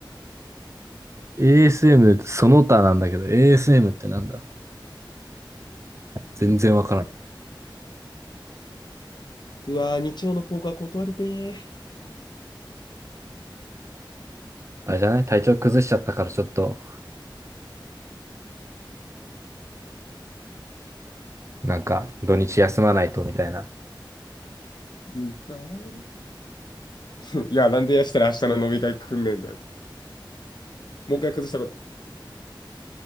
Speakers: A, on the right; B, on the left.
A: ASM、その他なんだけど、ASM ってなんだ全然わからん。
B: うわー、日曜のポーカー断りてー
A: あれじゃない体調崩しちゃったからちょっと、なんか、土日休まないとみたいな。
B: うんー。<laughs> いや、なんでやしたら明日の飲み会来んねんだよ。もう一回崩したこと。